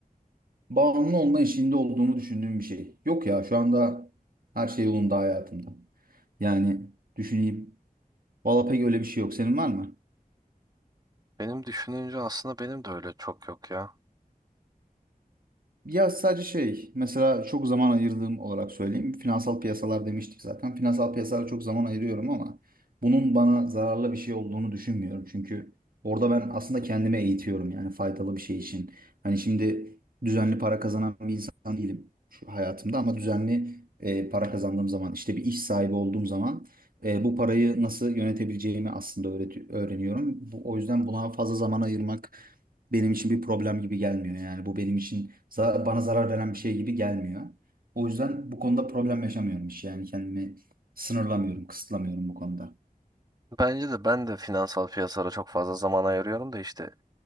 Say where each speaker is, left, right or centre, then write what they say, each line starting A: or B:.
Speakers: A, on the right; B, on the right.
A: Bağımlı olma eşiğinde olduğunu düşündüğüm bir şey. Yok ya şu anda her şey yolunda hayatımda. Yani düşüneyim. Valla pek öyle bir şey yok. Senin var mı?
B: Benim düşününce aslında benim de öyle çok yok ya.
A: Ya sadece şey, mesela çok zaman ayırdığım olarak söyleyeyim. Finansal piyasalar demiştik zaten. Finansal piyasalara çok zaman ayırıyorum ama bunun bana zararlı bir şey olduğunu düşünmüyorum. Çünkü orada ben aslında kendimi eğitiyorum yani faydalı bir şey için. Hani şimdi düzenli para kazanan bir insan değilim şu hayatımda ama düzenli e, para kazandığım zaman, işte bir iş sahibi olduğum zaman e, bu parayı nasıl yönetebileceğimi aslında öğreti- öğreniyorum. Bu, o yüzden buna fazla zaman ayırmak benim için bir problem gibi gelmiyor. Yani bu benim için za- bana zarar veren bir şey gibi gelmiyor. O yüzden bu konuda problem yaşamıyorum hiç. Yani kendimi sınırlamıyorum, kısıtlamıyorum bu konuda.
B: Bence de ben de finansal piyasalara çok fazla zaman ayırıyorum da işte